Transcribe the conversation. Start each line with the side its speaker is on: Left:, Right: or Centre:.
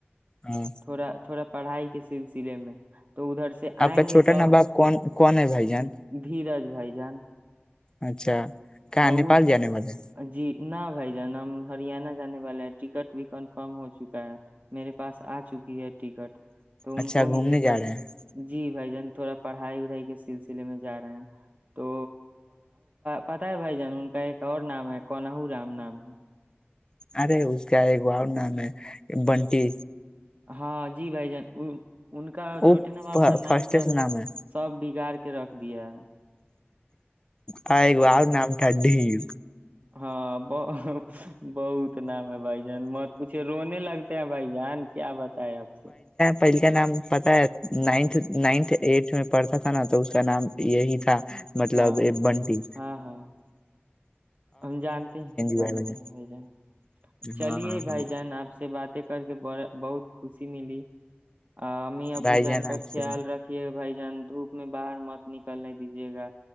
Left: ہاں
Right: تھوڑا تھوڑا پڑھائی کے سلسلے میں تو ادھر سے
Left: آپ
Right: آئیں
Left: کا چھوٹا
Right: گے تب
Left: نباب کون کون ہے بھائی جان
Right: دھیرج بھائی جان
Left: اچھا کہ
Right: اور
Left: نیپال جینے مھے
Right: جی نہ بھائی جانا ہریانہ جانے والے ہیں ٹکٹ بھی کنفرم ہو چکا ہے میرے پاس آ چکی ہے ٹکٹ تو ان
Left: اچھا
Right: کو ہی
Left: گھومنے
Right: لے
Left: جا
Right: کر
Left: رہے ہیں
Right: جی بھائی جان تھوڑا پڑھائی وڑائی کے سلسلے میں جا رہے ہیں تو پتا ہے بھائی جان ان کا ایک اور نام ہے کونہو رام نام ہے
Left: ارے اس کا ایکا نام ہے بنٹی
Right: ہاں جی بھائی جان وہ ان کا
Left: وہ
Right: چھوٹے نا باپ کا نام
Left: فرسٹ
Right: تو
Left: سے نام ہے
Right: سب بگاڑ کے کے رکھ د ہے
Left: ہ آگ آ نام ٹاڈ ڈھیڑ
Right: ہاں ب بہت نام ہے بھائی جان مت پوچھے رونے لگتے ہیں بھائی جان کیا بات <unintelligible>
Left: پہل کا نام پتا ہے نائنھ نائنتھ ایٹھ میں پڑھتا تھا نا تو اس کا نام یہی تھا مطلب
Right: ہاں
Left: یہ بنتی
Right: ہاں ہاں ہم جانتے ہیں جانتے
Left: ہوا ہے
Right: ہیں بھائی جان چلیے
Left: ہاں ہاں
Right: بھائی
Left: ہاں
Right: جان آپ سے بات کر کے ب بہت خوشی ملی ا امی ابو
Left: بھائی
Right: جان کا
Left: آپ سے
Right: خیال رکھھیے بھائی جان دھوپ میں باہر مت نکلنے دیجیے گا